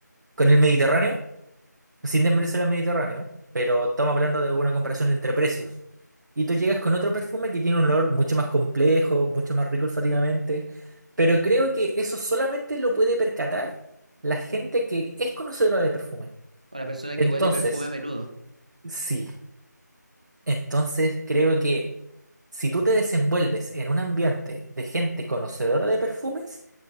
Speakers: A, on the right; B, on the right.
A: con el Mediterráneo sin desmerecer al Mediterráneo, pero estamos hablando de una comparación entre precios. Y tú llegas con otro perfume que tiene un olor mucho más complejo, mucho más rico olfativamente, pero creo que eso solamente lo puede percatar la gente que es conocedora de perfume.
B: Una persona
A: Entonces,
B: que huele perfume a menudo.
A: sí. Entonces creo que si tú te desenvuelves en un ambiente de gente conocedora de perfumes,